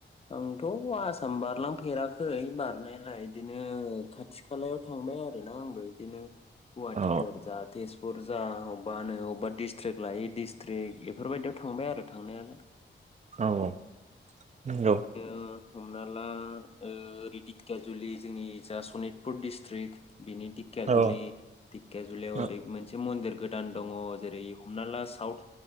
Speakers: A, on the left (about 30°); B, on the right (about 35°).
A: आंथ आसाम बारलांफेराखै बारनायालाय इदिनो खाथि खालायाव थांबाय आरोना आंबो इदिनो। गुवाहाटिफोर
B: औ
A: जा तेजपुरज जा अबबानो अबबा डिस्ट्रेक लायि डिस्ट्रेक एफोरबायदियाव थांबाय आरो थांनायालाय।
B: औ अंगौ
A: ओ हमना ला ओ रिदिककिया जुलि जोंनि जा सनितपुर डिस्ट्रिक्ट। बिनि धिककियााजुलि
B: औ
A: धिककियााजुलियाव
B: औ
A: ओरै मोनसे मन्दिरग गोदान दङ जेरै हमना ला साउथ